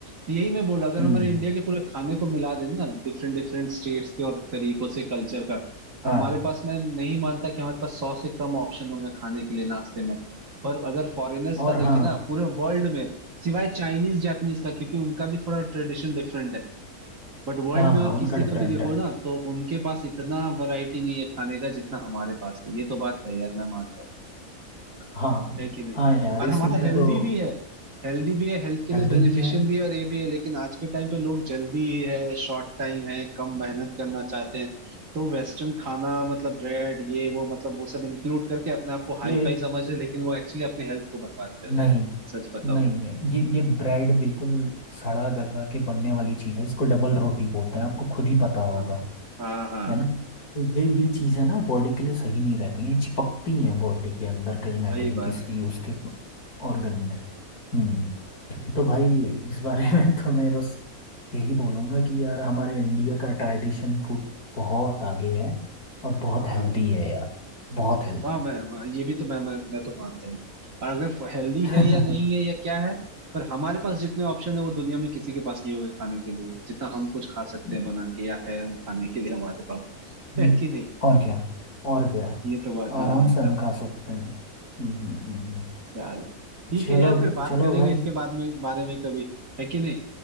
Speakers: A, on the right; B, on the left.
A: तो यही मैं बोला अगर
B: हम्म
A: हमारे इंडिया के पूरे खाने को मिला देना डिफरेंट डिफरेंट स्टेट्स के और तरीकों से कल्चर का तो
B: हाँ
A: हमारे पास मैं नहीं मानता कि हमारे पास सौ से कम ऑप्शन होंगे खाने के लिए नाश्ते में पर अगर फॉरेनर्स
B: और
A: का देखे
B: हाँ
A: ना पूरे वर्ल्ड में सिवाय चाइनीज जापानीज का क्योंकि उनका भी थोड़ा ट्रेडिशन डिफरेंट है बट वर्ल्ड
B: हाँ
A: में
B: हाँ
A: और
B: उनका
A: किसी
B: डिफरेंट
A: का भी देखो
B: है
A: ना तो उनके पास इतना वैरायटी नहीं है खाने का जितना हमारे पास है ये तो बात है यार मैं मानता हूँ
B: हाँ
A: है कि नहीं
B: हाँ यार
A: और
B: इसमें
A: हमारा हेल्दी
B: तो
A: भी हेल्दी भी है हेल्थ के
B: हेल्दी
A: लिए बेनिफिशियल
B: भी है
A: भी है और ये भी है लेकिन आज के टाइम पे लोग जल्दी है शॉर्ट टाइम है कम मेहनत करना चाहते हैं तो वेस्टर्न खाना मतलब ब्रेड ये वो मतलब वो सब इंक्लूड करके अपने आप को हाई
B: ये
A: फाई समझ रहे हैं, लेकिन वो एक्चुअली अपने हेल्थ को बर्बाद कर रहे
B: नहीं
A: हैं सच बताओ
B: नहीं
A: तो
B: है ये ये ब्रेड बिल्कुल सड़ा गला के बनने वाली चीज़ है इसको डबल रोटी बोलते
A: हाँ
B: हैं आपको खुद ही पता होगा
A: हाँ हाँ हाँ
B: है ना तो ये ये चीज़ है ना बॉडी के लिए सही नहीं रहती है चिपकती हैं बॉडी के अंदर कहीं ना
A: वही
B: कहीं
A: बात
B: किसी
A: है
B: उसके ऑर्गन में हम्म तो भाई इस बारे में तो मैं बस यही बोलूँगा कि यार हमारे इंडिया का ट्रेडिशन फूड बहुत आगे है और बहुत
A: हाँ
B: हेल्दी है यार बहुत हेल्दी
A: वाह मैं वाह, ये भी तो मैं मैं, मैं तो मानता हूँ अगर हेल्दी
B: है
A: है या नहीं है या क्या है पर हमारे पास जितने ऑप्शन है वो दुनिया में किसी के पास नहीं होंगे खाने के लिए जितना हम कुछ खा सकते
B: <laughs>
A: हैं बना के या है हम खाने के लिए हमारे पास
B: हम्म,
A: है कि नहीं
B: और क्या और क्या
A: ये तो बात मैं
B: आराम
A: मानता
B: से हम
A: हूँ
B: खा सकते हैं हम्म हम्म हम्म, हम्म।
A: चलो ठीक
B: चलो
A: है यार फिर बात
B: चलो
A: करेंगे
B: भाई
A: इसके बाद में बारे में कभी है कि नहीं